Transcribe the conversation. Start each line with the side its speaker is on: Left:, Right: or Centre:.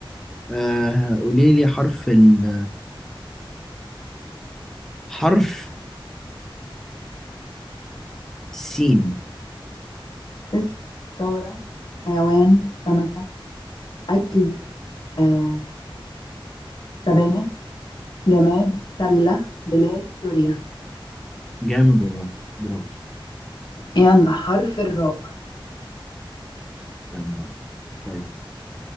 Centre: آه قولي لي حرف ال حرف السين
Left: اسم سارة حيوان سمكه اكل آه سبانخ جماد سلة بلاد سوريا
Centre: جامد والله برافو
Left: يلا حرف الراء
Centre: جامد والله طيب